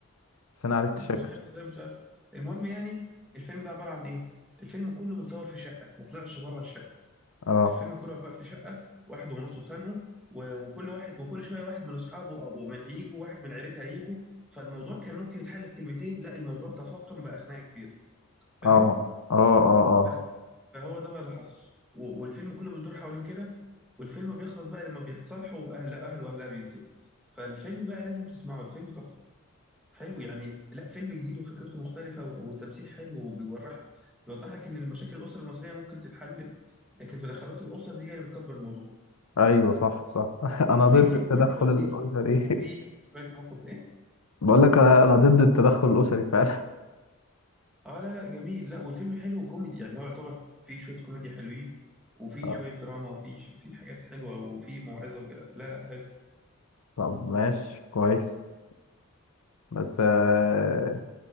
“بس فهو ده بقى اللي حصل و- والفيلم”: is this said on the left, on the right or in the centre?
Centre